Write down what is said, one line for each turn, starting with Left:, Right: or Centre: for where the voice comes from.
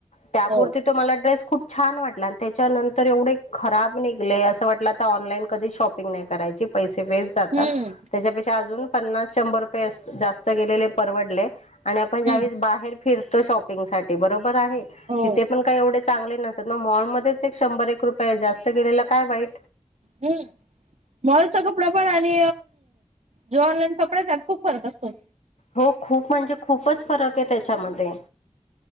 Left: त्यामुळे
Right: हो.
Left: ते. तो मला ड्रेस खूप छान वाटला आणि त्याच्यानंतर एवढे खराब निघले असं वाटला. आता ऑनलाईन कधी शॉपिंग नाही करायची पैसे वेस्ट. जातात
Right: हम्म,
Left: त्यापेक्षा अजुन पन्नास शंभर रुपये जास्त गेलेले परवडले. आणि आपण ज्यावेळेस
Right: हम्म.
Left: बाहेर फिरतो शॉपिंग साठी बरोबर आहे
Right: हो,
Left: तिथे पण काय एवढे. चांगले नसत मग मॉलमध्येच एक शंभर एक रुपये जास्त गेलेला काय वाईट.
Right: हम्, मॉलचा कपडा पण आणि जो ऑनलाईन कपडा त्यात खूप फरक असतो.
Left: हो खूप म्हणजे खूपच फरक आहे त्याच्यामध्ये!